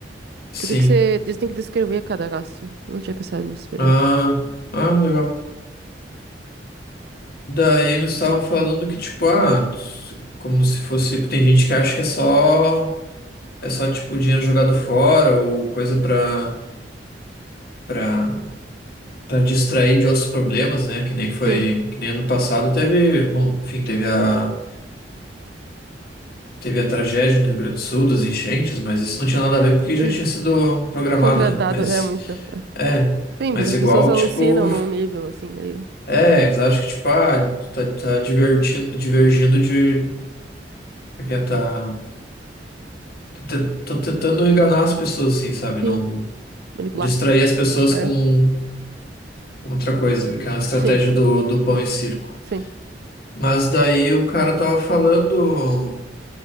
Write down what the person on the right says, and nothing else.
Que tem que ser, eles têm que descrever cada gasto. Não tinha pensado nisso, verdade.
Sim,
<clears throat>
contratado
é há muito tempo. é.
Sim,
mas as
pessoas alucinam
num nível assim, meio.
Sim,
manipular.
É.
Sim,
sim.